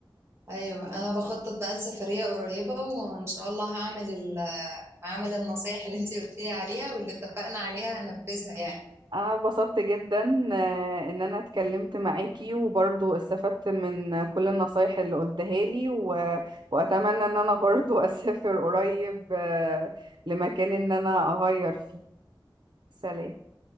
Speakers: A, on the right; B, on the right.
A: ايوه انا بخطط بقى لسفريه قريبه وان شاء الله هعمل ال- هعمل النصايح اللي انت قلت لي عليها واللي اتفقنا عليها هنفذها يعني
B: انا اتبسطت جدا آه، ان انا اتكلمت معاكي وبرضو استفدت من كل النصايح اللي قلتها لي و... واتمنى ان انا برضو <laughs> اسافر قريب آه، لمكان ان انا اغير فيه سلام